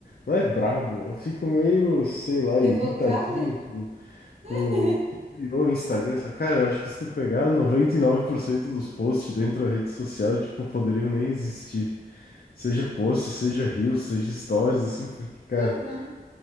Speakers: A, on the left (about 65°); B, on the right (about 40°).
A: Não é brabo, eu fico meio, sei lá, irritadinho
B: Revoltada?
A: com,
B: <laughs>
A: com o que virou o Instagram. Sabe? Cara, eu acho que se tu pegar 99% dos posts dentro da rede social, tipo, poderiam nem existir. Seja post, seja reels, seja stories, assim, porque, cara.
B: Uhum.